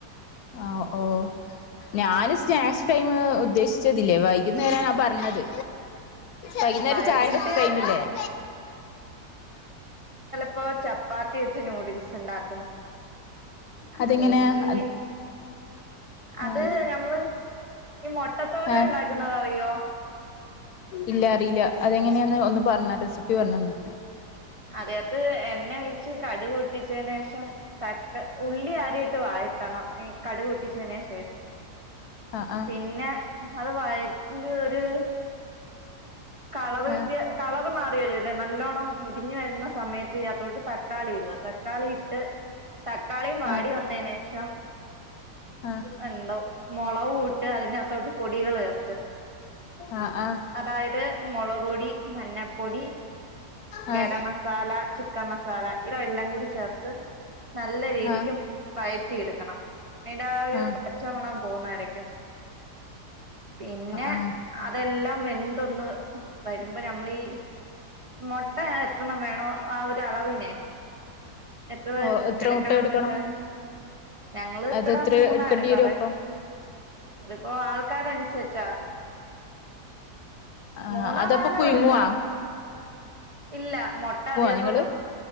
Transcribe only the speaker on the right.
വൈകിട്ട്
പ്പൊ ചപ്പാത്തി വെച്ച് ന്യൂഡിൽസ് ഇണ്ടാക്കും.
അല്ലെങ്കി
അത്
ഞമ്മള് ഈ മൊട്ടത്തോരൻ
ഇണ്ടാക്കുന്നത് അറിയോ?
അറിയത് എണ്ണ കഴച്ച് കടു പൊട്ടിച്ചതിന്ശേഷം തക്ക ഉള്ളി ആദ്യയിട്ട് വാട്ടണം ഈ കടുക് പൊട്ടിച്ചതിന് ശേഷോയ്
പിന്നെ അത് വരണ്ടു ഒരു കളറ്
വ്യത്യ കളറ് മാറി വരൂലേ നല്ലോണ്ണം മൊരിഞ്ഞു വരുന്ന സമയത്ത് ഇതിനത്തോട് ത തക്കാളി ഇടുക തക്കാളി ഇട്ട് തക്കാളിയും വാടി
വന്നതിന്ശേഷം
എന്തോ മുളകകൂട്ട് അതിനകത്തോട്ടെക്ക് പൊടികൾ ചേർക്ക
അതായത് മുളക് പൊടി മഞ്ഞപ്പൊടി
ഗരംമസാ മസാല ചിക്കൻ മസാല ഇത് എല്ലാം കൂടി ചേർത്ത് നല്ല രീതിക്കും
വയറ്റിയെടുക്കണം അതിന്റെ ആ ഒരു
പച്ചമണം പോകുന്ന വരേക്കും പിന്നെ
അതെല്ലാം വെന്തൊന്ന് വരുമ്പോ നമ്മളീ മുട്ട എത്രണ്ണം വേണോ ആഹ് ഒരു അളവിനെ എത്ര പേർ
എടുക്കണംന്ന്
വെച്ചാ ഞങ്ങള് ഇവിടെ
മൂന്നാ
എടുക്കാറ്
ഇതിപ്പോ ആഹ് കതൻസച്ച
മൂന്നോ
നാലോ
എടുക്കാം ഇല്ല മൊട്ട അറിയാത്തോട്ട്